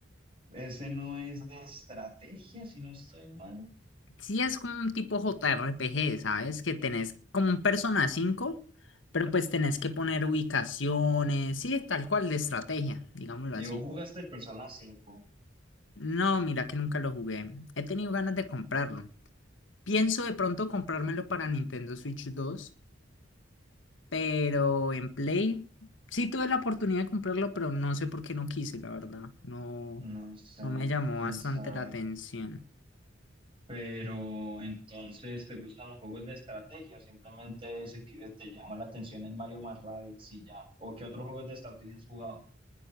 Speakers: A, on the right; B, on the left.
A: Ese no es de estrategia, si no estoy mal.
B: Sí es como un tipo JRPG, ¿sabes? Que tenés como un Persona 5, pero pues tenés que poner ubicaciones, sí, tal cual de estrategia, digámoslo
A: Y
B: así.
A: vos jugaste el Persona cinco?
B: No, mira que nunca lo jugué. He tenido ganas de comprarlo. Pienso de pronto comprármelo para Nintendo Switch 2. Pero en Play sí tuve la oportunidad de comprarlo, pero no sé por qué no quise, la verdad. No,
A: No sé,
B: no me llamó
A: quién
B: bastante
A: sabe.
B: la atención.
A: Pero entonces, ¿te gustan los juegos de estrategia o simplemente ese que te llama la atención el Mario más Rabbids y ya? ¿O qué otros juegos de estrategia has jugado?